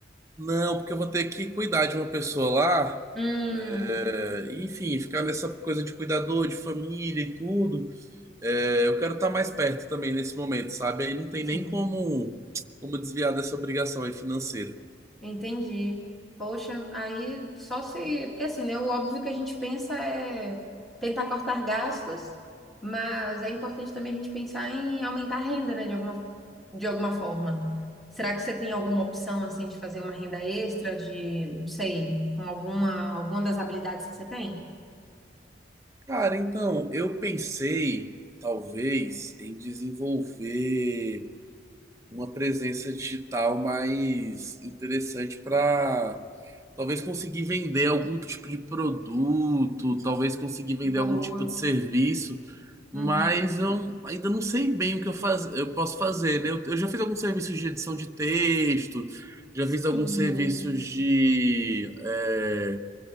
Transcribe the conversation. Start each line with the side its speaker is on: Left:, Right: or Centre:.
Right: Não, porque eu vou ter que cuidar de uma pessoa lá.
Centre: hum.
Right: é, enfim, ficar nessa coisa de cuidador, de família e tudo. É, eu quero estar mais perto também nesse momento, sabe? Aí não tem
Centre: Sim.
Right: nem como, como desviar dessa obrigação aí financeira.
Centre: Entendi. Poxa, aí só se. Porque assim, né? O óbvio que a gente pensa é tentar cortar gastos, mas é importante também a gente pensar em aumentar a renda, né? De alguma, de alguma forma. Será que você tem alguma opção, assim, de fazer uma renda extra, de, não sei, com alguma, alguma das habilidades que você tem?
Right: Cara, então, eu pensei, talvez, em desenvolver. uma presença digital mais interessante para talvez conseguir vender algum tipo de produto, talvez conseguir vender
Centre: Boa.
Right: algum tipo de serviço, mas
Centre: Uhum.
Right: eu ainda não sei bem o que eu, faz, eu posso fazer, né? Eu, eu já fiz alguns serviços de edição de texto, já
Centre: Sim.
Right: fiz alguns serviços de é,